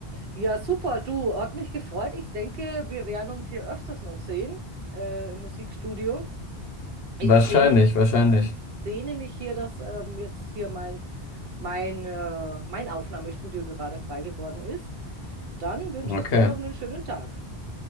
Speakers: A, on the right; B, on the left.
A: Ja, super, du, hat mich gefreut. Ich denke, wir werden uns hier öfters noch sehen, äh, im Musikstudio. Ich
B: Wahrscheinlich,
A: sehne,
B: wahrscheinlich.
A: ich sehne mich hier, dass ähm, jetzt hier mein, mein, äh, mein Aufnahmestudio gerade frei geworden ist. Dann wünsche
B: Okay.
A: ich dir noch einen schönen Tag.